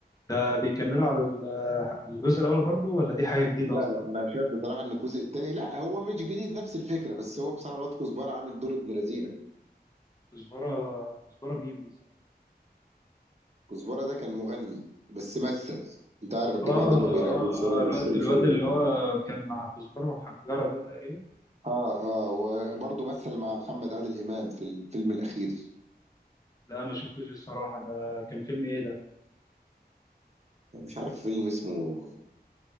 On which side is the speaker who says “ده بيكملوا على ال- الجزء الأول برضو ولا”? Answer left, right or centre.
Left